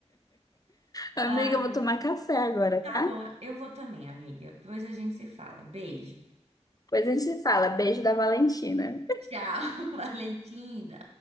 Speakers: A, on the left; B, on the right.
A: Amiga,
B: Ai, amiga.
A: eu vou tomar café agora,
B: Tá
A: tá?
B: bom, eu eu vou também, amiga. Depois a gente se fala. Beijo.
A: Depois a gente se fala. Beijo da Valentina.
B: Tchau, <laughs> Valentina.